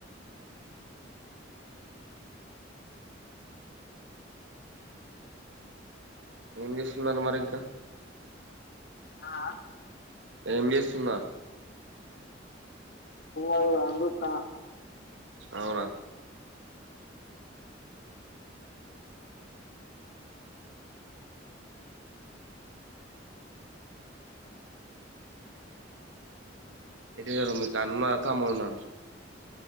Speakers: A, on the right; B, on the left.
A: ఏం చేస్తున్నారు మరి ఇంకా
B: ఆ
A: ఏం చేస్తున్నారు
B: అవు అని జూత్తన్న
A: అవునా ఇది గద మీకన్న తమ్ముడు ఉన్నార